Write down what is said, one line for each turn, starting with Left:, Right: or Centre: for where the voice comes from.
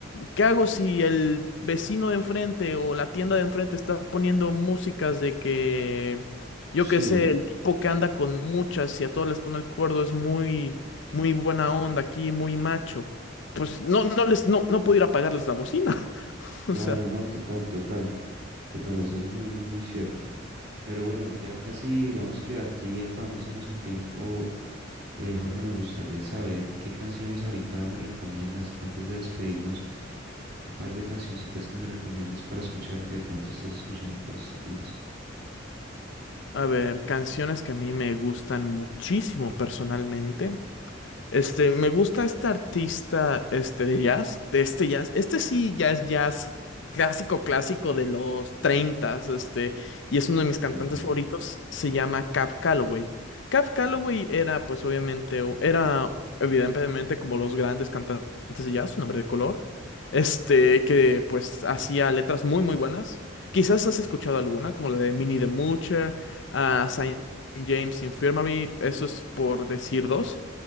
Left: ¿Qué hago si el vecino de enfrente o la tienda de enfrente está poniendo músicas de que, yo
Right: sí,
Left: qué sé, el tipo que anda con muchas y a todos les pone el cuerdo es muy, muy buena onda aquí, muy macho? Pues no, no les, no, no puedo ir a apagarles la bocina. <laughs>
Right: claro,
Left: O sea,
Right: no, total, total, total, eso es muy, muy, muy cierto. Pero bueno, ya casi digamos que aquí acabándosenos el tiempo, eh, Jorge, me gustaría saber qué canciones ahorita me recomiendas antes de despedirnos, un par de cancioncitas que me recomiendas para escuchar que de pronto estés escuchando por estos días.
Left: a ver, canciones que a mí me gustan muchísimo personalmente. Este, me gusta este artista, este, de jazz, de este jazz, este sí ya es jazz clásico, clásico de los treintas este, y es uno de mis cantantes
Right: Ok.
Left: favoritos, se llama Cab Calloway. Cab Calloway era, pues, obviamente, o- era, evidentemente, como los grandes cantantes de jazz, un hombre de color, este, que, pues, hacía letras muy, muy buenas. Quizás has escuchado alguna, como la de Minnie the Moocher, a Saint James Infirmary, eso es por decir dos.